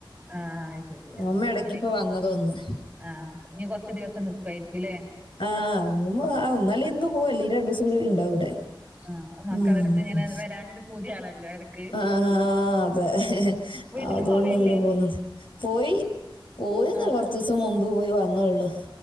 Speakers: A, on the right; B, on the left.
A: ആഹ് ശരിയാ
B: ഉമ്മ ഇടയ്ക്ക്
A: അയിന്
B: ഇപ്പൊ വന്നത് ഒന്ന്
A: ആഹ് ഇനി കുറച്ച് ദിവസം നിക്കുവായിരിക്കൂല്ലേ.
B: ആഹ് മ്മൂമ്മ ഒന്നു അല്ലേങ്കി ഇന്ന് പൂവും അല്ലെങ്കി രണ്ടൂസം കുടെ ഉണ്ടാവും ഇവിടെ.
A: ആഹ് മക്കളടുത്ത്
B: ഉം
A: ഇങ്ങനെ വരാനൊരു പൂതിയാണല്ലോ എടക്ക്
B: ആഹ് അതെ.
A: വീട്ടില്
B: അതൊണ്ട്
A: പോവേല്ലേ
B: ഇങ്ങട് പോന്നത് പോയി പോയത്
A: ആഹ്
B: കൊറച്ച് ദിവസം മുമ്പ് പോയി വന്നോള്ളു.